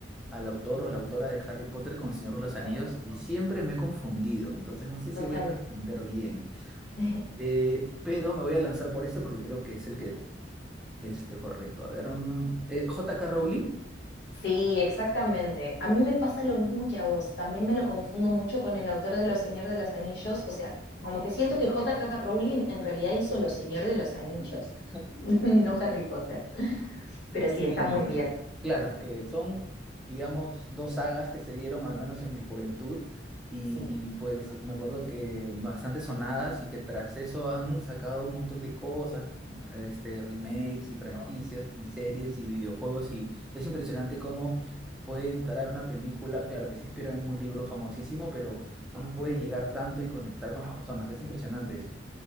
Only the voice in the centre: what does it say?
al autor o la autora de Harry Potter con El Señor de los Anillos y siempre me he confundido, entonces no sé si
voy a responder bien.
Eh, pero me voy a lanzar por ese porque creo que es el que Es que correcto. A ver, mm, eh, J.K. Rowling.
<laughs>
Sí,
claro, es que son, digamos, dos sagas que se dieron al menos en mi juventud y,
y, pues me acuerdo que bastante sonadas y que tras eso han sacado un montón de cosas, este, remakes y franquicias y series y videojuegos y es impresionante cómo puede entrar una película, claro que se inspira en un libro famosísimo, pero cómo puede llegar tanto y conectar con las personas, es impresionante eso